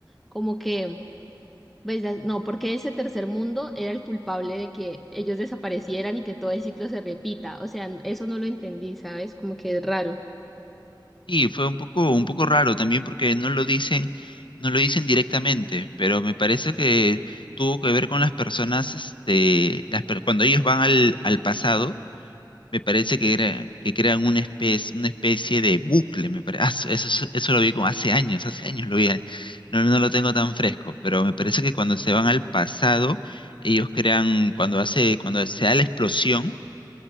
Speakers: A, in the centre; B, on the left (about 80°).
A: como que Pues las- no, porque ese tercer mundo era el culpable de que ellos desaparecieran y que todo el ciclo se repita. O sea, n- eso no lo entendí, ¿sabes? Como que es raro.
B: Y fue un poco, un poco raro también porque no lo dicen, no lo dicen directamente, pero me parece que tuvo que ver con las personas, este, las per- cuando ellos van al, al pasado me parece que, era, que crean una especie, una especie de bucle, me parece. eso, eso- eso lo vi como hace años, hace años lo vi, eh. no, no lo tengo tan fresco, pero me parece que cuando se van al pasado, ellos crean, cuando hace, cuando se da la explosión,